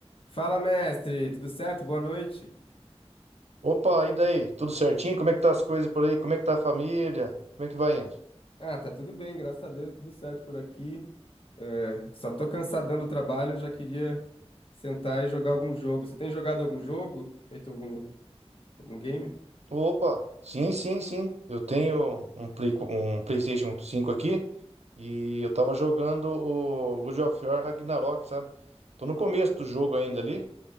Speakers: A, on the left; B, on the right.
A: Fala, mestre, tudo certo? Boa noite.
B: Opa, e daí? Tudo certinho? Como é que tá as coisas por aí? Como é que tá a família? Como é que vai indo?
A: Ah, tá tudo bem, graças a Deus, tudo certo por aqui. É, só tô cansadão do trabalho, já queria sentar e jogar algum jogo. Você tem jogado algum jogo? Feito algum, algum game?
B: Opa, sim, sim, sim. Eu tenho um Play, co- um PlayStation 5 aqui e eu tava jogando o God of War Ragnarok, sabe? Tô no começo do jogo ainda ali,